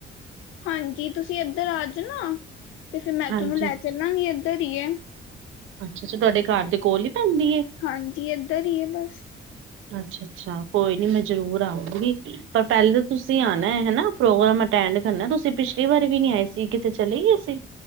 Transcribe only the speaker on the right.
ਹਾਂਜੀ।
ਅੱਛਾ ਅੱਛਾ ਤੁਹਾਡੇ ਘਰ ਦੇ ਕੋਲ ਹੀ ਪੈਂਦੀ ਏ
ਅੱਛਾ ਅੱਛਾ, ਕੋਈ ਨੀ, ਮੈਂ ਜਰੂਰ ਆਊਗੀ। ਪਰ ਪਹਿਲੇ ਤੇ ਤੁਸੀਂ ਆਨ ਹੈ ਨਾ, ਪ੍ਰੋਗਰਾਮ ਅਟੈਂਡ ਕਰਨਾ। ਤੁਸੀਂ ਪਿਛਲੀ ਵਾਰੀ ਵੀ ਨੀ ਆਏ ਸੀ, ਕਿੱਥੇ ਚਲੇ ਗਏ ਸੀ?